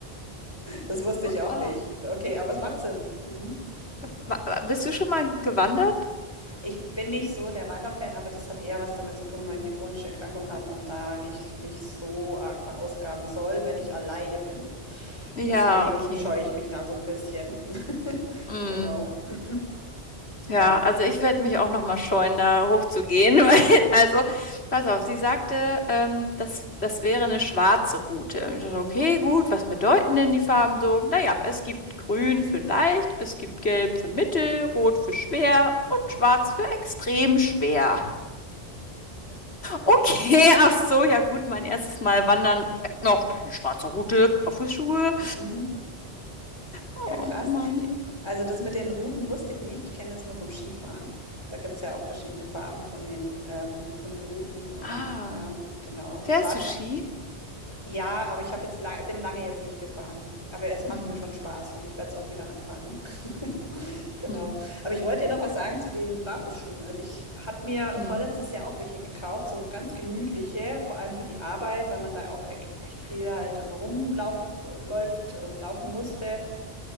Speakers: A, on the left; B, on the left.
A: Das wusste ich auch
B: Oh,
A: nicht. Okay, aber es macht Sinn. Mhm.
B: ma- bist du schon mal gewandert?
A: Ich bin nicht so der Wanderfan, aber das hat eher was damit zu tun, weil ich eine chronische Erkrankung habe und da nicht mich so arg verausgaben soll, wenn ich alleine bin.
B: Ja,
A: Deswegen
B: okay.
A: scheue ich mich da so ein bisschen. <laughs>
B: Mm.
A: Genau. <clears throat> Ja.
B: Ja, also ich werde mich auch noch mal scheuen, da hochzugehen. <laughs> weil- Also, pass auf, sie sagte, ähm, das, das wäre eine schwarze Route. Und ich dachte,
A: Mhm.
B: okay, gut, was bedeuten denn die Farben so? Naja, es gibt grün für leicht, es gibt gelb für mittel, rot für schwer und schwarz für extrem schwer. Okay, ach so, ja gut, mein erstes Mal wandern. Äh, Noch eine schwarze Route, Barfußschuhe.
A: Mhm.
B: Oh
A: Ja, krass.
B: Mann, ey.
A: Also das mit den Routen wusste ich nicht. Ich kenne es nur vom Skifahren. Da gibt es ja auch verschiedene Farben von den, ähm, von den Routen oder
B: Ah,
A: ja, genau. Und
B: fährst
A: schwarz.
B: du Ski?
A: Ja, aber ich habe jetzt la bin lange jetzt nicht gefahren. Aber es macht
B: Hm,
A: mir schon Spaß und ich werde es auch wieder anfangen. <laughs> Genau.
B: hm,
A: Aber ich wollte dir noch was sagen zu den Barfußschuhen. Also ich habe mir
B: hm,
A: vorletztes Jahr auch welche gekauft, so ganz gemütliche, vor allem für die Arbeit, weil man da auch e- echt viel halt immer rumlaufen läuft und laufen musste.